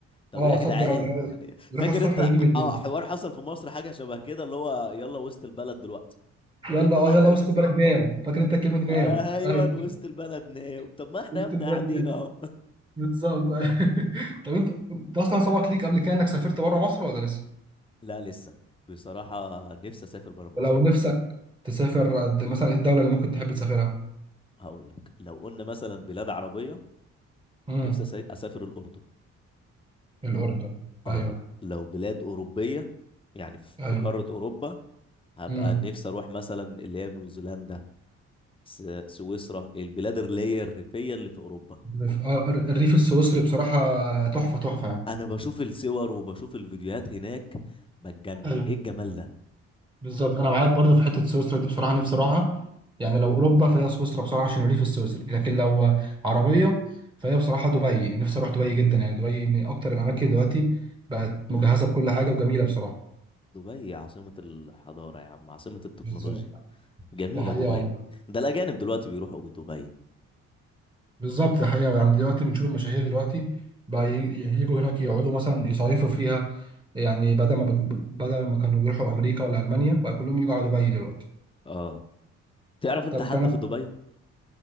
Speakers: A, on the left; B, on the right.
A: طب
B: اه
A: ايه يا
B: صد
A: جدعان
B: رد لا،
A: يعني
B: يروح
A: فاكر
B: الصبح
A: انت
B: ويجي بالليل
A: اه حوار حصل في مصر حاجه شبه كده اللي هو يلا وسط البلد دلوقتي طب
B: يلا
A: يا ابني
B: اه
A: ما احنا
B: يلا وسط البلد نام
A: <laughs>
B: فاكر انت الكلمه دي نام
A: ايوه
B: ايوه
A: وسط البلد ناو طب
B: <laughs>
A: ما احنا
B: وسط
A: يا ابني
B: البلد
A: قاعدين
B: نام
A: اهو
B: بالظبط أيوة. <laughs> طب انت انت اصلا سبق ليك قبل كده انك سافرت بره مصر ولا لسه؟
A: <laughs> لا لسه بصراحة نفسي اسافر برا مصر
B: ولو نفسك تسافر د- مثلا ايه الدوله اللي ممكن تحب تسافرها؟
A: هقول لك لو قلنا مثلا بلاد عربية
B: امم
A: نفسي أسا- اسافر الاردن
B: الاردن
A: اه
B: ايوه
A: لو بلاد اوروبية يعني في
B: ايوه
A: في قارة اوروبا هبقى
B: امم
A: نفسي اروح مثلا اللي هي نيوزيلندا س- سويسرا البلاد اللي هي الريفية اللي في اوروبا
B: الريف آه، الر- الريف السويسري بصراحه تحفه تحفه يعني
A: انا بشوف الصور وبشوف الفيديوهات هناك بتجنن
B: ايوه
A: ايه الجمال ده
B: بالظبط انا معاك برضو في حته سويسرا دي بصراحه نفسي اروحها يعني لو اوروبا فهي سويسرا بصراحه عشان الريف السويسري لكن لو عربيه فهي بصراحه دبي نفسي اروح دبي جدا يعني دبي من اكتر الاماكن دلوقتي بقت مجهزه بكل حاجه وجميله بصراحه
A: دبي عاصمة الحضارة يا عم عاصمة التكنولوجيا
B: بالظبط
A: جميلة
B: ده حقيقه
A: دبي
B: والله
A: ده الأجانب دلوقتي بيروحوا دبي
B: بالظبط ده حقيقه يعني دلوقتي بنشوف المشاهير دلوقتي بقى ي- يجوا هناك يقعدوا مثلا يصيفوا فيها يعني بدل ما بك- بدل ما كانوا بيروحوا امريكا ولا المانيا بقى كلهم يجوا على دبي دلوقتي
A: اه تعرف أنت
B: طب
A: حد
B: انا
A: في دبي؟